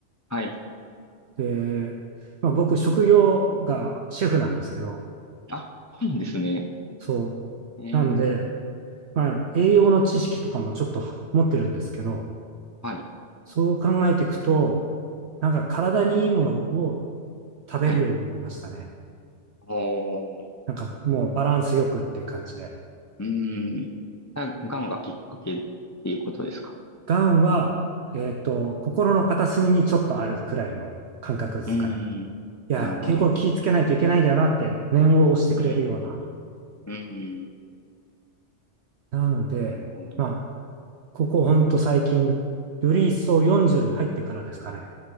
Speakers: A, on the left; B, on the right.
A: はい。
B: で、まあ、僕、職業がシェフなんですけど、
A: あ、そうなんですね。
B: そ
A: ええ、
B: う。なんで、まあ、栄養の知識とかもちょっと持ってるんですけど、
A: はい、
B: そう考えていくと、なんか体にいいものを食べるようになりましたね。
A: はい。おー、
B: なんかもうバランスよくっていう感じで。
A: うーん。がんがきっかけっていうことですか。
B: がんは、えっと、心の片隅にちょっとあるくらいの感覚ですかね。
A: うーん。
B: いや、
A: なるほど。
B: 健康気をつけないといけないんだよなって念を押してくれるような。
A: うーん。うーん。
B: なので、
A: なるほど。
B: まあ、ここほんと最近、より一層40に入ってからですかね。